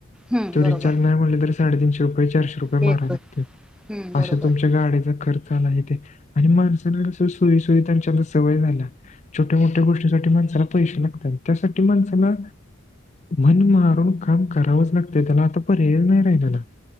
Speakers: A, in the centre; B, on the left.
A: हम्म
B: तो
A: बरोबर
B: रिचार्ज नांय म्हणलं तरं साडे तीनशे रुपये चारशे रूपये
A: तेच
B: मारावे
A: बघ.
B: लागत्यांत
A: हम्म बरोबर
B: अशे तुमच्यां गाडीच्यां खर्च आंन आहे ते आणि माणसांना कसं सोयी सोयी त्यांची आंता सवयं झालीया छोट्यां मोठ्यां गोष्टीसांठी माणसांला पैसे लागत्यांल त्यांस माणसांला मनं मारूंन कामं करावंच लागतंय त्यांला आंता पर्यायचं नांय राहिलेला